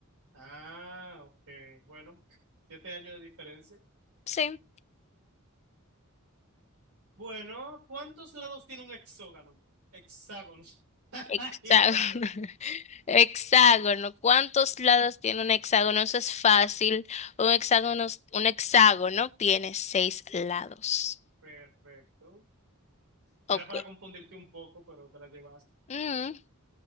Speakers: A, on the right; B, on the left.
A: Ah, ok. Bueno, siete años de diferencia.
B: Sí.
A: Bueno, ¿cuántos lados tiene un hexágono? Hexágono. <laughs>
B: Hexágono.
A: Hexágono.
B: <laughs> Hexágono. ¿Cuántos lados tiene un hexágono? Eso es fácil. Un hexágono, un hexágono tiene seis lados.
A: Perfecto.
B: Ok.
A: Era para confundirte un poco, pero te la llevaste.
B: Mm.